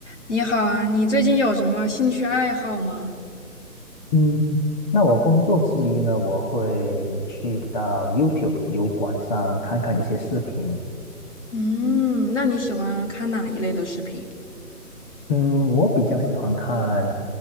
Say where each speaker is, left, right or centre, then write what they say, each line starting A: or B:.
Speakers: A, on the left; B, on the left.
A: 你好啊，你最近有什么兴趣爱好吗？
B: 嗯，那我工作之余呢，我会去到 YouTube 油管上看看一些视频。
A: 嗯，那你喜欢看哪一类的视频？
B: 嗯，我比较喜欢看